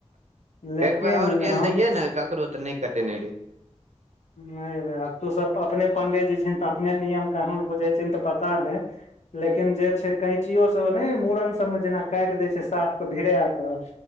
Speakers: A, on the left; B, on the right.
A: लेकिन
B: एक बेर और गेल
A: हम
B: रहियै ने ककरो तऽ नै कटेने रहियै।
A: नहि रे, आब तु सब अपने पंडितजी छिहीन तऽ अपने नियम कानून बुझै छिहिन तऽ पता नय लेकिन जे छै कैंचियो से नै मुड़न सबमे जेना काटि दै छै साफ के भिरा कऽ,